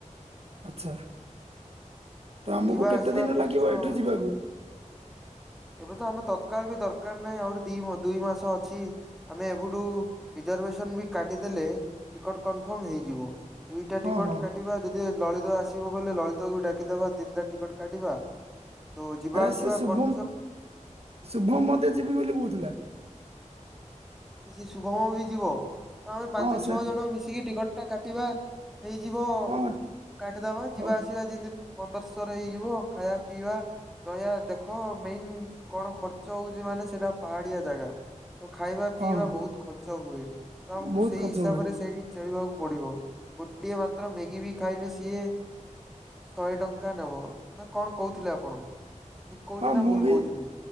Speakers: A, on the right; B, in the centre.
A: ଆଚ୍ଛା। ତ ଆମକୁ
B: ଯିବା
A: କେତେ
B: ଆସିବା
A: ଦିନ
B: ଖର୍ଚ୍ଚ
A: ଲାଗିବ ଏଠୁ ଯିବାକୁ?
B: ଏବେ ତ ଆମେ ତତ୍କାଳ ବି ଦରକାର ନାହିଁ ଆହୁରି ଦି ଦୁଇ ମାସ ଅଛି ଆମେ ଏବଠୁ ରିଜ ବି କାଟିଦେଲେ ଟିକଟ କନଫର୍ମ ହେଇଯିବ। ଦୁଇଟା
A: ହଁ
B: ଟିକଟ
A: ହଁ
B: କାଟିବା ଯଦି ଲଳିତ ଆସିବ ବୋଲେ ଲଳିତକୁ ଡାକ ଦବା ତିନିଟା ଟିକେଟ କାଟିବା ତ ଯିବା
A: ଆରେ
B: ଆସିବା
A: ସେ ଶୁଭମ
B: ଖର୍ଚ୍ଚ
A: ଶୁଭମ ମଧ୍ୟ ଯିବି ବୋଲି କହୁଥିଲା।
B: କିଛି ଶୁଭମ ବି ଯିବ ତ ଆମେ ପାଞ୍ଚ
A: ହଁ
B: ଛଅ
A: ସେ
B: ଜଣ ମିଶିକି ଟିକଟ ଟା କାଟିବା। ହେଇଯିବ
A: ହଁ
B: କାଟିଦବା
A: ହଁ
B: ଯିବା ଆସିବା ଯେମିତି ପନ୍ଦରଶହରେ ହେଇଯିବ । ଖାଇବା ପିଇବା ରହିବା ଦେଖ ମେନ୍ କଣ ଖର୍ଚ ହଉଛି ମାନେ ସେଇଟା ପାହାଡିଆ ଜାଗା । ତ ଖାଇବା
A: ହଁ
B: ପିଇବା ବହୁତ ଖର୍ଚ୍ଚ ହୁଏ ତ ଆମକୁ
A: ବହୁତ
B: ସେଇ
A: ଖର୍ଚ୍ଚ
B: ହିସାବରେ
A: ହୁଏ
B: ସେଇଠି ଚଳିବାକୁ ପଡିବ ଗୋଟିଏ ମାତ୍ର ମ୍ୟାଗି ବି ଖାଇଲେ ସିଏ ଶହେ ଟଙ୍କା ନେବ ନା କଣ କହୁଥିଲେ ଆପଣ? ଠିକ କହୁଛି
A: ହଁ
B: ନା
A: ମୁଁ
B: ଭୁଲ
A: ବି
B: କହୁଛି ମୁଁ?